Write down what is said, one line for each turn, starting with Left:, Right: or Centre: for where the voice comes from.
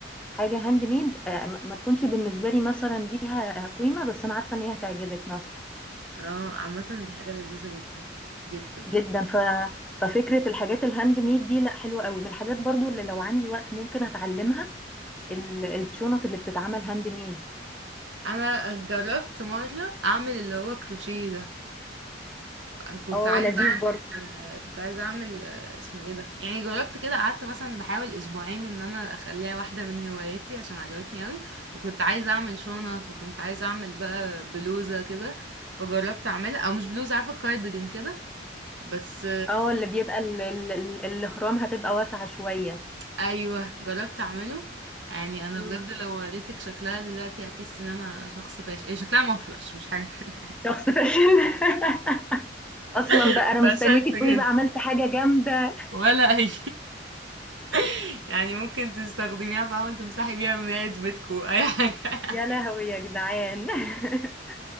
Centre: حاجه هاند ميد آه، ما ما تكونش بالنسبه لي مثلا ليها قيمه بس انا عارفه ان هي هتعجبك مثلا
Right: آه، عامة دي حاجة لذيذة جدا جدا
Centre: جدا ف ففكره الحاجات الهاند ميد دي لا حلوه قوي من الحاجات برضو اللي لو عندي وقت ممكن اتعلمها ال- الشنط اللي بتتعمل هاند ميد
Right: انا جربت مرة اعمل اللي هو كروشيه ده أنا كنت
Centre: اه
Right: عايزة
Centre: لذيذ
Right: اعمل
Centre: برضه
Right: آه، كنت عايزة اعمل آه، اسمه ايه ده يعني جربت كده قعدت مثلا بحاول اسبوعين ان انا اخليها واحدة من هواياتي عشان عجبتني قوي وكنت عايزة اعمل شنط وكنت عايزة اعمل بقى بلوزة كده فجربت اعملها او مش بلوزة عارفة كارديجان كده بس
Centre: اه اللي بيبقى ال- ال- ال- الاهرام هتبقى واسعة شوية
Right: ايوه جربت اعمله يعني انا
Centre: امم
Right: بجد لو وريتك شكلها دلوقتي هتحسي ان انا شخص فاشل هي شكلها مفرش مش حاجه تانية
Centre: شخص فاشل <laughs> اصلا
Right: <laughs>
Centre: بقى انا
Right: فشلت
Centre: مستنياكي
Right: جدا
Centre: تقولي بقى عملت حاجة جامدة
Right: ولا اي <laughs> يعني ممكن تستخدميها بقى وانت تمسحي بيها مراية بيتكو اي حاجه <laughs>
Centre: يا لهوي يا جدعان <laughs>